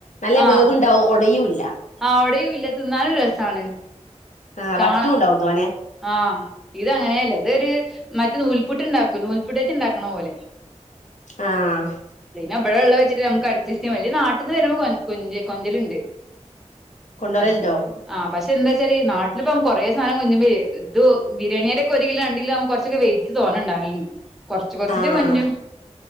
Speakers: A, on the left (about 80°); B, in the centre.
A: നല്ല
B: ആഹ്
A: വേവ് ണ്ടാവും ഒടയൂല്ല
B: ആഹ് ഓടയൂല്ല തിന്നാലും രസമാണ്
A: ആഹ്
B: കാ
A: വറ്റുണ്ടാവും തോനെ
B: ആഹ് ഇത് അങ്ങനെയല്ല ഇതൊരു മറ്റ് നൂൽപുട്ട് ഉണ്ടാക്കു നൂൽപുട്ടേച്ച് ഉണ്ടാക്കണ പോലെ
A: ആഹ്
B: പിന്നെ അപ്പഴൊള്ള വെച്ചിട്ട് നമുക്ക് അട്ജെസ്റ്റ്ചെയ്യാം വല്ല്യ നാട്ടിന്ന് വരുമ്പോ കൊഞ്ച് കൊഞ്ചലുണ്ട്
A: കൊണ്ടുവരലുണ്ടോ
B: <unintelligible> ആഹ് പക്ഷെ എന്തച്ചാല് നാട്ടിലിപ്പം കൊറെ സധനം കൊഞ്ചുമ്പഴെ ഇത് ബിരിയാണിയുടെക്കെ ഒരു കിലോ രണ്ട് കിലോ ആകുമ്പം കൊറച്ചൊക്കെ വെയി റ്റ് തോന്നെ ഉണ്ടാവില് കൊറച്ച് കൊറച്ചിട്ട
A: ആഹ്
B: കൊഞ്ചു
A: ആഹ്